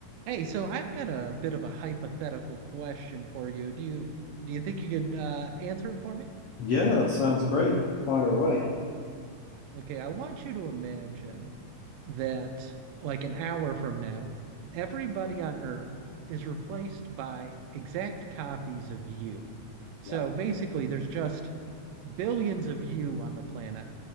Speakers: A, on the right; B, on the left.
A: Hey, so I've got a bit of a hypothetical question for you. Do you do you think you could uh, answer it for me?
B: Yeah, that sounds great. Fire away.
A: Okay, I want you to imagine that like an hour from now, everybody on Earth is replaced by exact copies of you. So
B: Yeah,
A: basically, there's just billions of you on the planet.